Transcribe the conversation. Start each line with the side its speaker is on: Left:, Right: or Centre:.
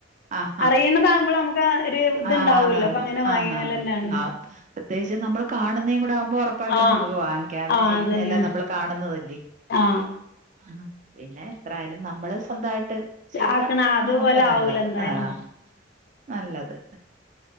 Right: ആഹ് ആഹ്
Left: അറിയിണ്താകുമ്പോ നമു ക്ക് ഒരു ഇത്ണ്ടാവല്ലോ
Right: ആന്നാന്ന്
Left: അപ്പോ അങ്ങനെ വാങ്ങിക്കലനാണ്
Right: ആന്നാന്ന് പ്രത്യേകിച്ച് നമ്മള് കാണുന്നെ കൂടെ ആകുമ്പോ ഒറ പ്പായിട്ടും
Left: ആ
Right: നമുക്ക് വാങ്ങിക്കാം അവര്
Left: ആ
Right: ചെയ്യുന്നതെല്ലാം
Left: അതന്നെ
Right: നമ്മള് കാണുന്നതല്ലെ
Left: ആ
Right: ആഹ് പിന്നെ എത്രായാലും നമ്മൾ സ്വന്തായി ട്ട് ചെയ്താ
Left: ആക്കണ അതുപോലെ
Right: നമുക്ക് നല്ലത്
Left: ആവൂല എന്തായാലും
Right: ആഹ് നല്ലത്